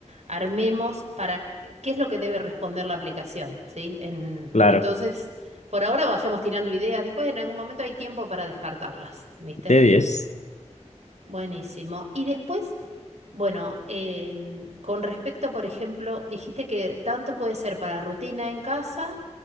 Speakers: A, on the right; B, on the left.
A: armemos para qué es lo que debe responder la aplicación, ¿sí? En-
B: Claro.
A: entonces, por ahora vayamos tirando ideas, después en algún momento hay tiempo para descartarlas, ¿viste?
B: De diez
A: Buenísimo. Y después, bueno, em, con respecto, por ejemplo, dijiste que tanto puede ser para rutina en casa,